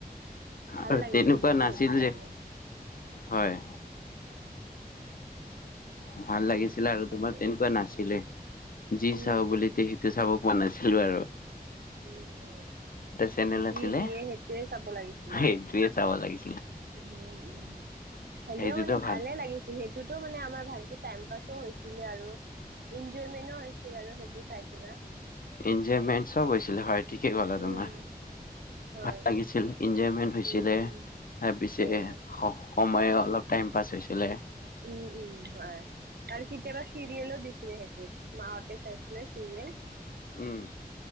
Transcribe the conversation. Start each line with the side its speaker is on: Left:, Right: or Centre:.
Right: ভাল
Left: আৰু
Right: লাগিছিল
Left: তেনেকুৱা
Right: কিন্তু
Left: নাছিল
Right: সেইটো চাই
Left: যে
Right: কিনে
Left: হয় ভাল লাগিছিলে আৰু
Right: তাকে
Left: তোমাৰ তেনেকুৱা নাছিলে যি
Right: উম,
Left: চাওঁ
Right: উম,
Left: বুলি তে চাব প পৰা নাছিল বাৰু
Right: উম উম
Left: চেনেল
Right: যি
Left: আছিলে
Right: দিয়ে সেইটোৱে চাব লাগিছিল
Left: সেইটোৱে
Right: আৰু
Left: চাব লাগিব
Right: উম উম হ'লেও
Left: সেইটোতো
Right: মানে
Left: ভাল
Right: ভালে লাগিছিল সেইটোতো মানে আমাৰ ভালকে টাইম পাছো হৈছিলে আৰু এনজয়মেন্টও হৈছিল আৰু সেইবোৰ চাইকিনে
Left: ইঞ্জয়মেন্ত চব হৈছিলে হয় ঠিকেই কলা তোমাৰ
Right: উম হয়
Left: ভাল লাগিছিল এনজয়মেন্ট হৈছিলে
Right: উম উম
Left: তাৰ পিছে
Right: হয়
Left: স সময় অলপ টাইম পাছ হৈছিলে
Right: উম উম হয় আৰু কেতিয়াবা চিৰিয়েলো দিছিলে সেইটোত মাহতে চাইছিলে চিৰিয়েল
Left: উম